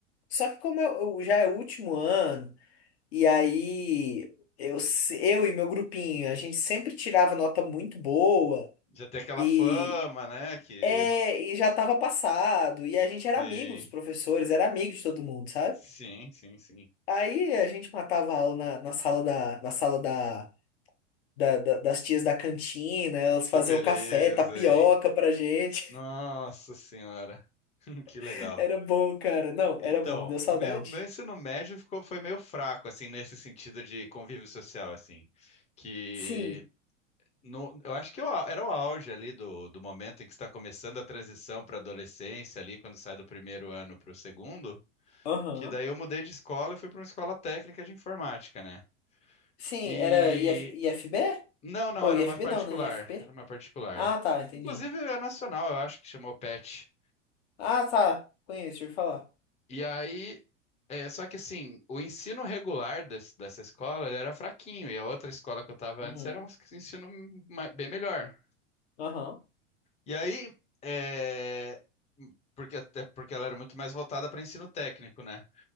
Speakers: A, on the left; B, on the left.
A: só que como eu, eu- já é o último ano e aí eu se- eu e meu grupinho, a gente sempre tirava nota muito boa
B: Já tem aquela
A: e
B: fama, né? Que.
A: é, e já tava passado e a gente
B: Sim,
A: era amigo dos professores, era amigo de todo mundo, sabe?
B: sim, sim, sim.
A: Aí a gente matava a aula na, na sala da na sala da da- da- das tias da cantina, elas
B: Que
A: faziam
B: beleza,
A: café, tapioca
B: hein?
A: pra gente.
B: Nossa senhora, <laughs> que legal.
A: <laughs> Era bom, cara. Não,
B: Então,
A: era bom, deu saudade.
B: meu, meu ensino médio ficou, foi meio fraco, assim, nesse sentido de convívio social, assim. Que
A: Sim,
B: no, eu acho que eu, era o auge ali do, do momento em que está começando a transição para adolescência, ali, quando sai do primeiro ano para o segundo.
A: aham.
B: Que daí eu mudei de escola e fui para uma escola técnica de informática, né?
A: Sim,
B: E
A: era i i f I f b
B: Não, não, era
A: Ou i
B: uma
A: f
B: particular.
A: b não, né? i f p
B: Era uma particular.
A: Ah, tá, entendi.
B: Inclusive é nacional, eu acho que chamou PET.
A: Ah, tá, conheço, ouvi falar.
B: E aí, é, só que assim, o ensino regular des- dessa escola, ele era fraquinho, e a outra escola que eu estava
A: Uhum,
B: antes era um ensino ma- bem melhor.
A: aham,
B: E aí, é, porque até porque ela era muito mais voltada para ensino técnico, né?